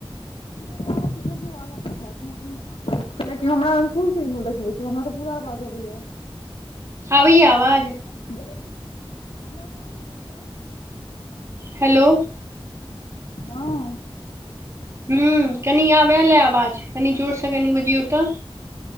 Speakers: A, on the left (about 75°); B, on the right (about 30°).
A: तु कनि आगां- पीछां जो आगां- पीछां तहन कहियें। लेकिन हमरा मे तऽ फुल सिगनल देखबय छौ। हमरा तऽ पुरा अबाज अबैयऽ।
B: आबैया आवाज
A: हमरा तऽ अबैया तोड़ा आबै छियौ।
B: हेलो
A: हँ
B: हँ कनि आब अएलए आवाज कनि जोरसँ कनि बजियौतऽ।